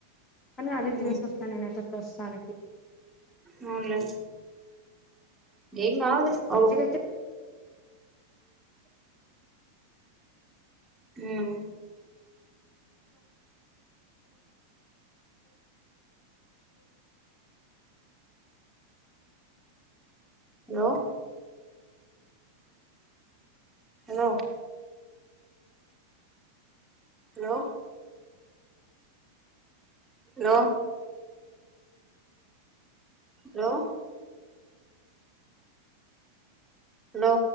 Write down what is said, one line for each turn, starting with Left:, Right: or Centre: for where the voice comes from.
Left: కని అదే
Right: ఉమ్
Left: తీనేసి ఒస్తాన నేనైతే ప్రస్తుతానికి
Right: అవునులే ఏం కాదులే అవు
Left: ఇదైతే
Right: ఊమ్ hello hello hello hello hello hello